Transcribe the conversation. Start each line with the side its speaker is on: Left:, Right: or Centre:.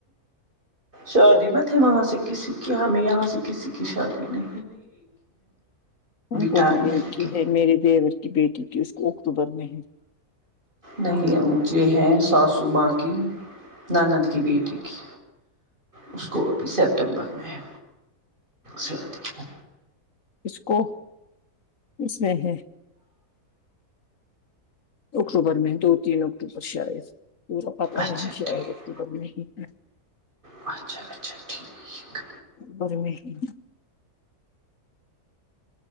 Right: شادی متے وہاں سے کسی کی ہمیں یہاں سے کسی کی شادی میں
Left: ہم کو
Right: ٹائم
Left: بھی ایک
Right: لیکن
Left: ہی ہے میرے دیور کی بیٹی کی اس کو اکتوبر میں ہے
Right: نہیں مجھے ہیں ساسو ماں کی نند کی بیٹی کی اس کو ابھی سپتمبر میں ہے شادی
Left: اس کو اس میں ہے اکتوبر میں دو تین اکتوبر شاید ما پتا نہیں
Right: اچھا
Left: شاید
Right: ٹھیک
Left: اکتوبر میں ہی ہے
Right: اچھا اچھا ٹھیک
Left: بر مے ہے